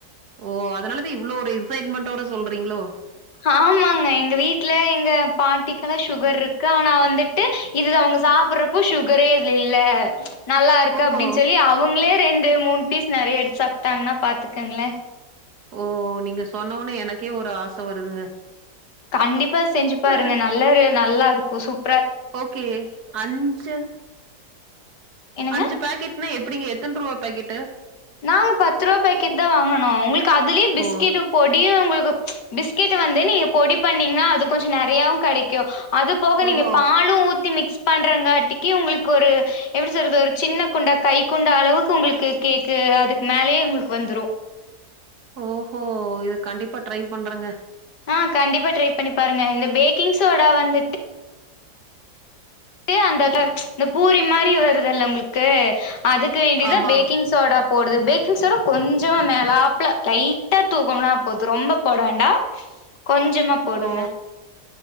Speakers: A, on the right (about 70°); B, on the left (about 85°).
A: ஒ அதனாலத் இவ்ளோ ஒரு எக்ஸைட்மெண்டோட சொல்றீங்களோ
B: ஆமாங்க எங்க வீட் டுல எங்க பாட்டிக்குல்லா சுகர்ருக்கு ஆனா வந்துட்டு இது அவங்க சாப்புற்றப்போ சுகரே இதுல இல்ல நல்லாருக்கு
A: ஓஹோ!
B: அப்டின் சொல்லி அவுங்களே ரெண்டு மூணு பீஸ் நெறைய எடுத்து சாப்ட்டாங்கன்னா பாத்துக்கங்ளே
A: ஒ நீங்க சொன்ன ஒட்னே எனக்கே ஒரு ஆச வருதுங்க
B: கண்டிப்பா செஞ்சி பாருங்க
A: அ
B: நல்லாரு நல்லாருக்கோ சூப்
A: ஓகே அஞ்சு
B: என்னங்க
A: அஞ்சு பேக்கெட்னா எப் ப்டிங்க எத்தன் ரூபா பாக்கெட்டு
B: நாங்க பத்து ரூபா பேக்கெட் தா வாங்குனோ உங்குள்கு அதுலயே பிஸ்கெட்
A: ஓ!
B: பொடியு உங்குள்கு பிஸ்கெட்ட வந்து நீங்க பொடி பண்ணீங்னா அது கொஞ்ச நறையாவு கெடைக்கூ அது போக
A: ஓஹோ!
B: நீங்க பாலூ ஊத்தி மிக்ஸ் பண்றங்காட்டிக்கி உங்குளுக்கு ஒரு எப்டி சொல்றது ஒரு சின்ன குண்டா கை குண்டா அளவுக்கு உங்குளுக்கு கேக் கு அதுக்கு மேலேயே உங்குளுக்கு வந்துரூ
A: ஓஹோ இது கண்டிப்பா ட்ரை பண்றேங்க
B: ஆ கண்டிப்பா ட்ரை பண்ணி பாருங்க இந்த பேக்கிங் சோடா வந்துட் டு அந்த ட்ர இந்த பூரி மாரி வருதுல்ல உங்குளுக்கு அதுக்கு வேண்டிதா
A: ஆமா.
B: பேக்கிங் சோடா போடுது பேக்கிங் சோடா கொஞ்சமா மேலாப்ல லைட் டா தூவம்னா போது ரொம்ப போட வேண்டா கொஞ்சமா போடுங்க
A: ஓ!